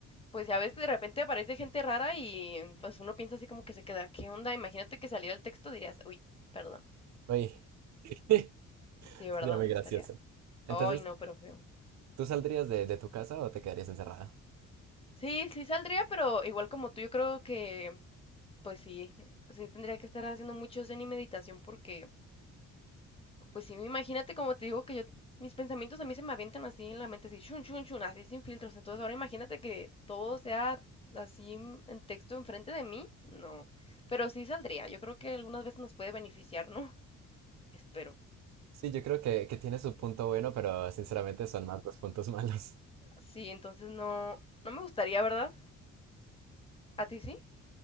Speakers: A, on the left; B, on the right.
A: pues ya ves que de repente aparece gente rara y pues uno piensa así como que se queda, ¿qué onda? Imagínate que saliera el texto, dirías, uy, perdón.
B: Oye, <laughs>
A: Sí, ¿verdad?
B: sería muy
A: No
B: gracioso.
A: estaría.
B: Entonces,
A: Ay, no, pero feo.
B: ¿tú saldrías de, de tu casa o te quedarías encerrada?
A: Sí, sí saldría, pero igual como tú, yo creo que Pues sí, sí tendría que estar haciendo mucho zen y meditación porque, pues sí, imagínate como te digo que yo, mis pensamientos a mí se me avientan así en la mente, así, chun, chun, chun, así sin filtros. Entonces ahora imagínate que todo sea así en en texto enfrente de mí, no. Pero sí saldría, yo creo que algunas veces nos puede beneficiar, ¿no? <laughs> Espero.
B: Sí, yo creo que, que tiene su punto bueno, pero sinceramente son más los puntos <laughs> malos.
A: Sí, entonces no, no me gustaría, ¿verdad? ¿A ti sí?